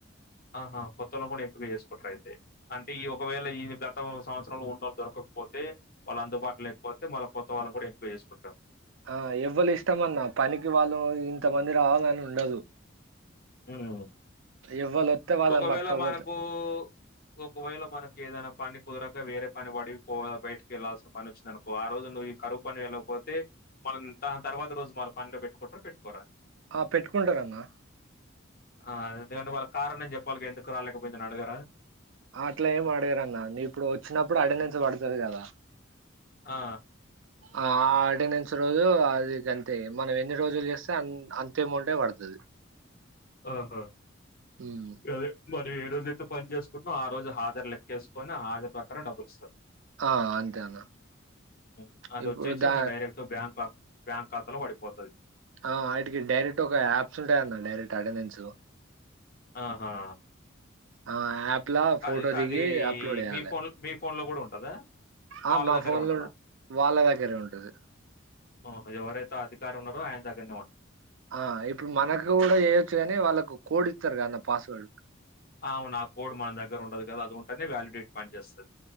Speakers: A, on the left (about 50°); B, on the right (about 70°).
A: ఆహా కొత్తలో కూడా ఏం పీక చేసుకుంటారు అయితే అంటే ఈ ఒకవేళ ఈ గతం సంవత్సరంలో ఉండలు దొరకకపోతే వాళ్లు అందుబాటులో లేకపోతే మల్ల కొత్త వాళ్ళన్ కూడా ఎంపిక చేసుకుంటాం
B: ఆ ఎవ్వలు ఇష్టమన్న పనికి వాళ్ళు ఇంత మంది రావాలని ఉండదు
A: మ్మ్
B: ఎవ్వలు వస్తే వాళ్ళని
A: ఒకవేళ
B: పట్టుకపోతే
A: మనకు ఊ ఒకవేళ మనకు ఏదైన పని కుదరక వేరే పని పడి పొ బయటకి వెళ్ళాల్సిన పని వచ్చింది అనుకో ఆ రోజు నువ్వు ఈ కరువు పని ఏళ్ళకపోతే మనం త తర్వాత రోజు మన పనిలో పెట్టుకుంట్ర పెట్టుకోరా
B: ఆ పెట్టుకుంటారన్న
A: ఆ అదే ఎందుకంటే వాళ్ళకు కారణం చెప్పాలి ఎందుకు రాలేకపోయిందని అడుగారా
B: ఆ అట్ల ఏమ్ అడుగరన్నా ఇప్పుడు వచ్చినప్పుడు అటెండెన్స్ పడుతది గదా
A: ఆ
B: ఆ అటెండన్స్ రోజు అది గంతే మనం ఎన్ని రోజులు చేస్తే అన్ అంతే అమౌంటే పడుతది
A: ఓ హొ
B: ఉమ్
A: గదే మరివేర్ ఈ రోజుయితే పని చేసుకుంటునో ఆ రోజు హజరు లెక్కేసుకుని ఆ హజరు ప్రకారం డబ్బులు ఇస్తారు
B: ఆ అంతే అన్న
A: మ్ అది
B: ఇప్పుడు
A: వచ్చేసి
B: దా
A: ఇంగ డైరెక్ట్ బ్యాంక్ అకౌ బ్యాంక్ ఖాతాలో పడిపోతది
B: ఆ ఆటికి డైరెక్ట్ ఒక యాప్స్ ఉంటాయన్న డైరెక్ట్ అటెండెన్స్
A: ఆహా
B: ఆ యాప్ లా ఫోటో
A: అది
B: దిగి
A: అది
B: అప్లోడ్
A: ఇ
B: చేయాలి
A: మీ ఫోన్ మీ ఫోన్ లో కూడా ఉంటదా
B: ఆ
A: వాళ్ళ
B: మా
A: దగ్గరే
B: ఫోన్
A: ఉంటదా
B: లో వాళ్ళ దగ్గరే ఉంటది
A: మ్ ఎవరైతే అధికారీ ఉన్నారో ఆయన దగ్గరనే ఉంటది
B: ఆ ఇప్పుడు మనకు కూడా చేయొచ్చు కాని వాళ్ళకు కోడ్ ఇత్తరు గదన్న పాస్వర్డ్
A: అవున ఆ కోడ్ మన దగ్గర ఉండదు గదా అది ఉంటేనే వ్యాలిడేట్ పనిచేస్తది